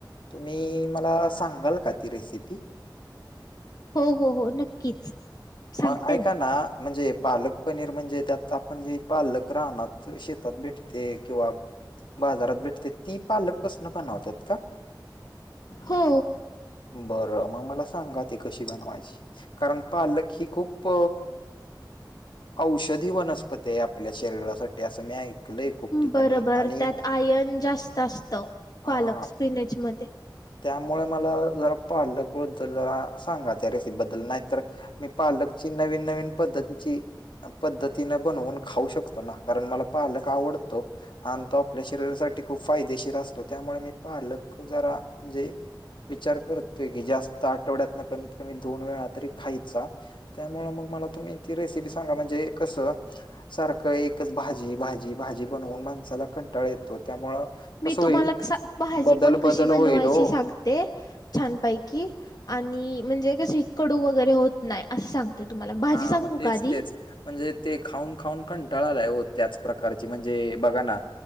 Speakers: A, on the left (about 80°); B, on the left (about 55°).
A: तुम्ही मला सांगाल का ती रेसिपी.
B: हो हो हो नक्कीच. सांगते
A: मग ऐकना
B: ना
A: म्हणजे पालक पनीर म्हणजे त्यात आपण जे पालक राणात शेतात भेटते किंवा बाजारात भेटते. ती पालक पासन बनवतात का?
B: हो.
A: बरं मग मला सांगा ते कशी बनवायची. कारण पालक ही खूप औषधी वनस्पती आहे. आप आपल्या शरीरासाठी असं मी ऐकलय खूप ठिकाणी.
B: बरोबर
A: आणि
B: त्यात आयन जास्त असतं
A: हा
B: पालक स्पिनेज मध्ये.
A: त्यामुळे मला जरा पालक बद्दल जरा सांगा त्या रेसिपी बद्दल. नाही तर मी पालकची नवीन नवीन पद्धतीची पद्धतीने बनवून खाऊ शकतो ना. कारण मला पालक आवडतो. आणि तो आपल्या शरीरासाठी खूप फायदेशीर असतो. त्यामुळे मी पालक जरा म्हणजे विचार करतोय की जास्त आठवड्यातन कमीत कमी दोन वेळा तरी खायचा. त्यामुळ मग मला तुम्ही ती रेसिपी सांगा. म्हणजे कसं सारखं एकच भाजी भाजी भाजी बनवून माणसाला कंटाळ येत. त त्यामुळ
B: मी
A: कसं
B: तुम्हाला
A: होईल
B: सा भाजी
A: बदल
B: पण कशी
A: बदल होईल.
B: <unintelligible>
A: हो
B: छानपैकी आणि म्हणजे कस कडू वगैरे होत नाही असं सांग. ते तुम्हाला भाजी
A: हां,
B: सांगू
A: मग तेच,
B: का आधी.
A: तेच. म्हणजे ते खाऊन खाऊन कंटाळा आलाय हो. त्याच प्रकारची म्हणजे बघा ना